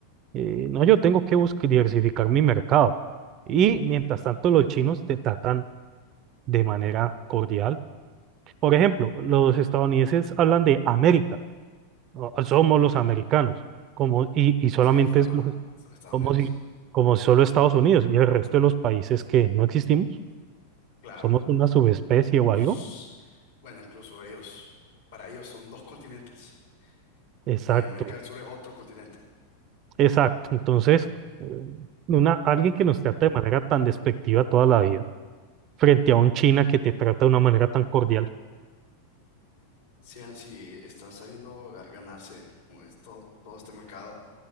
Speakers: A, on the right; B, on the left.
A: eh, no, yo tengo que buscar diversificar mi mercado. Y mientras tanto, los chinos te tratan de manera cordial. Por ejemplo, los estadounidenses hablan de América. No, Somos los americanos, como, y,
B: como
A: y solamente
B: si yo fuera
A: es
B: ajá,
A: los,
B: solo Estados
A: como
B: Unidos.
A: si, como solo Estados Unidos y el resto de los países que no existimos,
B: Claro.
A: somos una subespecie
B: Pues,
A: o algo.
B: bueno, incluso ellos, para ellos son dos continentes
A: Exacto,
B: y América del Sur es otro continente.
A: exacto. Entonces, eh, una, alguien que nos trata de manera tan despectiva toda la vida, frente a un China que te trata de una manera tan cordial.
B: Sean si están sabiendo ga- ganarse como es todo, todo este mercado